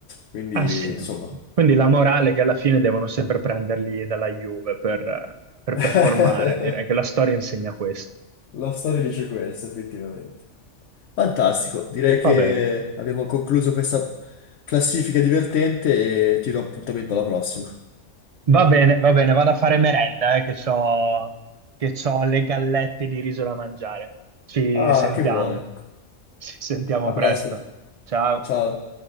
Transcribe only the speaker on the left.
Quindi,
insomma...
<laughs>
La storia dice questo, effettivamente. Fantastico, direi che
abbiamo concluso questa classifica divertente e ti do appuntamento alla prossima.
Ah,
che buone.
A
presto.
Ciao.